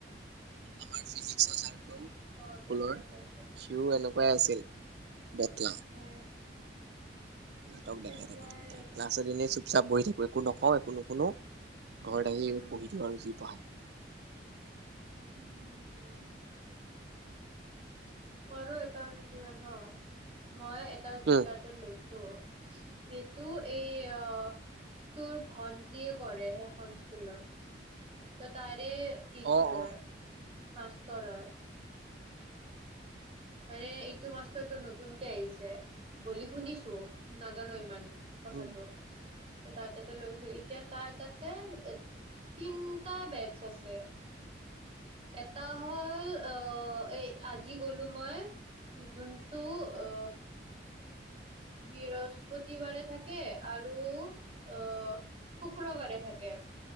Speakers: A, on the right (about 70°); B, on the right (about 35°).
A: আমাৰ ফিজিক্সৰ ছাৰ
B: অ এতিয়া
A: ফুলৰ
B: শুনা পাইছো
A: সিও এনেকুৱাই আছিল। বতলা
B: এ
A: নাটক
B: পেটলাই
A: দেখাই থাকোঁ ত ক্লাছৰ গলেই চুপ চাপ বহি থাকোঁ। একো নকওঁ একো নুশুনো। ঘৰত আহি
B: উম
A: পঢ়ি থকাই বেছি পঢ়াই।
B: উম <unintelligible> মই এটা জুনটাতো
A: উম
B: লৈছোঁ। <inaudible> ত এই অ তোৰ ভন্টিয়ে কৰে সেইখন স্কুলত ত তাৰে। টি
A: অ
B: চালৰ।
A: অ
B: মাস্তৰ হয়। মানে এইটো মাষ্টৰটো নতুনকে আহিছে, বুলি শুনিছো নাজানো ইমান কথাটো।
A: উম
B: তাৰ তাতে লৈছো এতিয়া তাৰ তাতে, তিনটা বেডছ আছে, এটা হ'ল অ এই আজি গলো মই, যোনটো অ বৃহস্পতি বাৰে থাকে আৰু আৰু অ,
A: উম
B: শু কোনে কোনে থাকে,